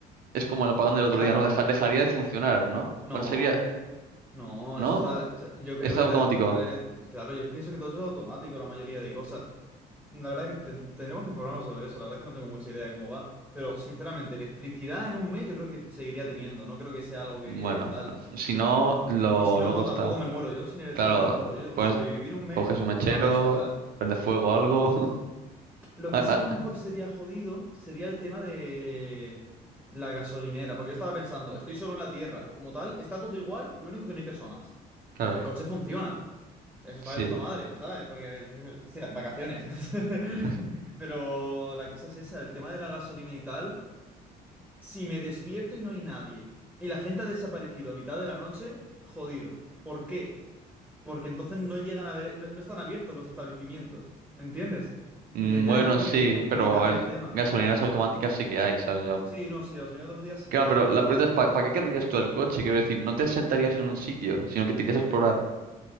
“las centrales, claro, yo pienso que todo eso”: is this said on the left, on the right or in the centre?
Centre